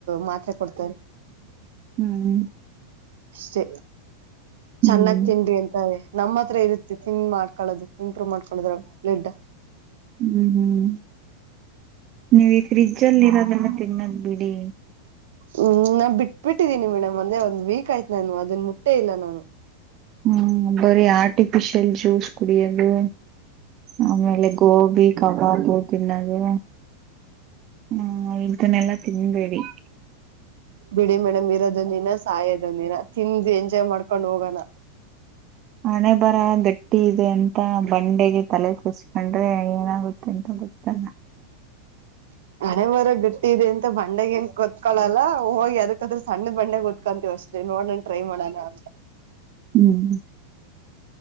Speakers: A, on the right; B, on the right.
A: ಮಾತ್ರೆ ಕೊಡ್ತಾರೆ
B: ಹ್ಮ್
A: ಅಷ್ಟೇ
B: ಹ್ಮ್
A: ಚೆನ್ನಾಗ್ ತಿನ್ದ್ರಿ ಅಂತ ನಮ್ಮ ಹತ್ರ ಇರುತ್ತೆ ತಿನ್ ಮಾಡ್ಕೊಳ್ಳದು ಇಂಪ್ರೂವ್ ಮಾಡ್ಕೊಡ್ರ ಡ್
B: ಹ್ಮ್ ಹ್ಮ್ ನೀವ್ ಈ ಫ್ರಿಜ ಅಲ್ಲಿ ಇರೋದಲ್ಲ ತಿನ್ನದ ಬಿಡಿ
A: ಹ್ಮ್ ನಾನ್ ಬಿಟ್ ಬಿಟ್ಟಿದ್ದೀನಿ ಮೇಡಮ್ ಅಂದೆ ಒಂದ್ ವೀಕ್ ಆಯ್ತು ನಾನು ಅದನ್ ಮುಟ್ಟೆ ಇಲ್ಲ ನಾನು
B: ಹ್ಮ್ ಬರೀ ಆರ್ಟಿಫಿಶಿಯಲ್ ಜ್ಯೂಸ್ ಕುಡಿಯೋದು ಆಮೇಲೆ ಗೋಬಿ ಕವಾ ದ ತಿನ್ನಗೆ ಹ್ಮ ಉ್ದನ್ನೆಲ್ಲ ತಿನ್ಬೇಡಿ <unintelligible>
A: ಬಿಡಿ ಮೇಡಮ್ ಇರೋದಂದ ದಿನ ಸಾಯೋದಂದ ದಿನ ತಿಂದು ಎಂಜಾಯ್ ಮಾಡ್ಕೊಂಡ್ ಹೋಗೋಣ
B: ಹಣೆ ಬರ ಗಟ್ಟಿ ಇದೆ ಅಂತ ಬಂಡೆಗೆ ತಲೆ ತಸ್ಕೊಂಡು ಅ್ರೆ ಏನಾಗುತ್ತೆ ಅಂತ ಗೊತ್ತಲ್ಲ
A: ಹನೆ ಬರಹ ಗಟ್ಟಿ ಇದೆ ಅಂತ ಬಂಡೆಗೆ ಹೆಂಗ ಕತ್ಕೊಳಲ್ಲ ಹೋಗಿ ಅದಕ್ಕದ್ರ ಸಣ್ಣ ಬಂಡೆ ಗೊತ್ತ ಕತ್ಕೊಂತೀವಿ ಅಷ್ಟೇ ನೋಡಣನ್ ಟ್ರೈ ಮಾಡೋಣ ಅಂತ
B: ಹ್ಮ್